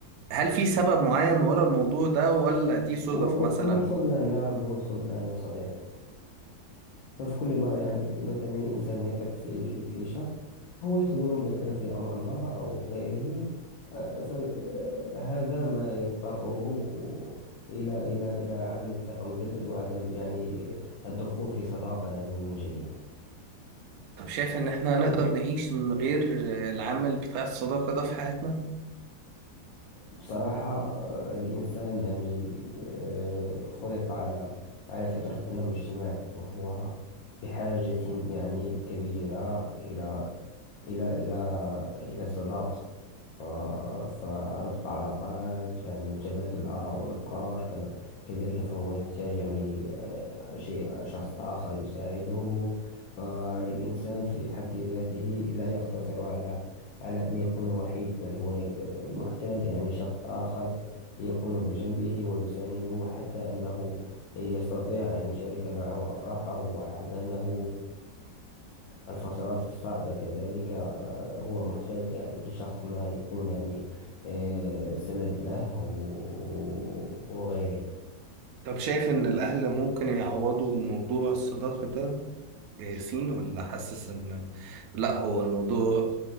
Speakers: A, on the right; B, on the left.
A: هل في سبب معين ورا الموضوع ده ولا دي صدف
B: هو هو
A: مثلا
B: هو الخذلان نعم هو الخذلان يا صديقي ففي كل مرة يعني مثلا الإنسان يثق في في, في شخص هو يخذله مثلا في أمر ما أو غيره فهذا ما يضطره إلى إلى إلى عدم الثقة مجدد وعدم يعني الدخول في صداقة يعني من جديد
A: طب شايف ان احنا نقدر نعيش من غير العامل بتاع الصداقة ده في حياتنا
B: بصراحة آه، الإنسان يعني آه، خلق على على فطرة أنه اجتماعي وهو بحاجة يعني كبيرة إلى إلى إلى إلى صداقة ف- فربط العلاقات يعني وتبادل الآراء والأفكار كما كذلك فهو يحتاج يعني آه، شيء شخص آخر يساعده فالإنسان في حد ذاته لا يقتصر على على أن يكون وحيد بل هو محتاج يعني شخص آخر يكون بجنبه ويسانده حتى أنه يستطيع أن يشارك معه أفراحه وأحزانه والفترات الصعبة كذلك آه، هو محتاج ل- لشخص ما يكون يعني آه، سند له و- وغيره
A: طب شايف ان الاهل ممكن يعوضوا موضوع الصداقة ده ياسين ولا حاسس ان لا هو الموضوع